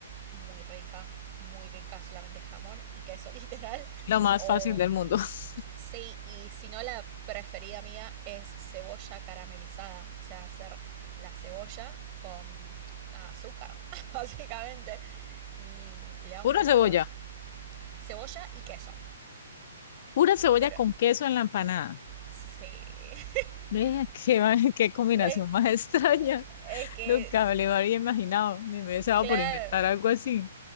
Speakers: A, on the right; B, on the left.
A: muy rica, muy rica, solamente jamón y queso <laughs> literal.
B: Lo más
A: O
B: fácil del mundo. <laughs>
A: sí, y si no, la preferida mía es cebolla caramelizada, o sea, hacer la cebolla con nada, azúcar, <laughs> básicamente, y le da un
B: Pura
A: gusto.
B: cebolla.
A: Cebolla y queso,
B: Pura cebolla
A: pero
B: con queso en la empanada.
A: sí. <laughs>
B: Vea qué, va- <laughs> qué combinación
A: Es, que-
B: más <laughs> extraña.
A: es que,
B: Nunca
A: es-
B: me lo habría imaginado, ni me he deseado
A: claro,
B: por inventar algo así.